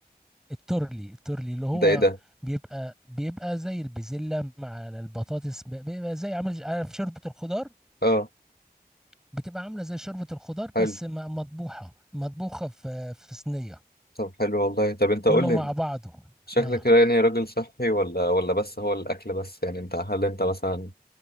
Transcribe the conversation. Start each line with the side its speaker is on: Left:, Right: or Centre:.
Centre: التورلي التورلي اللي هو
Left: ده ايه ده
Centre: بيبقى بيبقى زي البسلة مع البطاطس ب- بيبقى زي عامل عارف شوربة الخضار
Left: اه
Centre: بتبقى عاملة زي شوربة الخضار
Left: حلو
Centre: بس م- مطبوخة مطبوخة في في صينية
Left: طب حلو والله طب انت
Centre: كله
Left: قول لي
Centre: مع
Left: انت
Centre: بعضه
Left: شكلك
Centre: اه
Left: يعني راجل صحي ولا ولا بس هو الاكل بس يعني انت هل انت مثلا